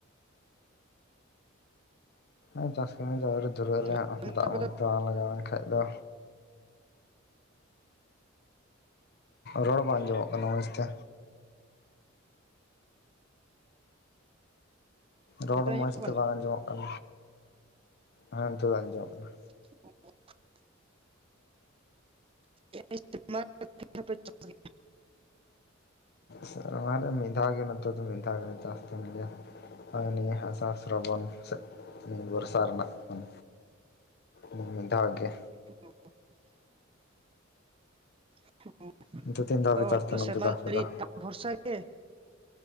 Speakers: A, on the left; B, on the right.
A: ᱮᱸ ᱪᱟᱥ ᱠᱟᱹᱢᱤ ᱫᱚ ᱟᱹᱣᱨᱤ ᱞᱮ ᱫᱷᱩᱨᱟᱹᱜ
B: ᱠᱟᱱᱟ
A: ᱟᱞᱮ ᱦᱟᱸᱜ ᱫᱟᱜ
B: ᱟᱯᱮ
A: ᱢᱚᱡᱽ
B: ᱫᱚ
A: ᱛᱮ ᱵᱟᱝ ᱞᱟᱜᱟᱣ ᱞᱮᱱᱠᱟᱡ ᱫᱚ ᱨᱚᱲ ᱵᱟᱝ ᱟᱸᱡᱚᱢᱚᱜ ᱠᱟᱱᱟ ᱢᱚᱥᱽᱛᱮ ᱨᱚᱲ
B: ᱦᱮᱛᱟᱜ
A: ᱢᱚᱸᱥᱽ
B: ᱧᱚᱜ
A: ᱛᱮ
B: ᱠᱟᱱᱟ
A: ᱵᱟᱝ ᱟᱸᱡᱚᱢᱚᱜ ᱠᱟᱱ ᱦᱮᱸ ᱱᱤᱛᱚᱜ ᱫᱚ ᱟᱸᱡᱚᱢᱚᱜ ᱠᱟᱱᱟ
B: <unintelligible> <unintelligible>
A: ᱥᱮᱨᱢᱟ ᱨᱮ ᱢᱤᱫ ᱫᱷᱟᱣ ᱜᱮ ᱱᱤᱛᱚᱜ ᱫᱚ ᱢᱤᱫ ᱫᱷᱟᱣ ᱜᱮᱞᱮ ᱪᱟᱥ ᱛᱟᱸᱦᱮᱱ ᱜᱮᱭᱟ ᱦᱳᱭ ᱱᱤᱭᱟᱹ ᱟᱥᱟᱲ ᱥᱨᱟᱵᱚᱱ ᱥᱮᱡᱽ ᱵᱚᱨᱥᱟ ᱨᱮᱱᱟᱜ ᱵᱚᱱ ᱦᱩᱸ ᱢᱤᱫ ᱫᱷᱟᱣ ᱜᱮ
B: <unintelligible> <unintelligible>
A: ᱱᱤᱛᱚᱜ ᱛᱤᱱ ᱫᱷᱟᱣ ᱯᱮ ᱪᱟᱥ ᱛᱟᱦᱮᱱᱟ
B: ᱥᱮᱨᱢᱟ
A: ᱚᱱᱛᱮ ᱫᱚ ᱟᱯᱮ
B: ᱡᱟᱹᱲᱤ
A: ᱫᱚ
B: ᱫᱟᱜ ᱵᱷᱚᱨᱥᱟ ᱜᱮ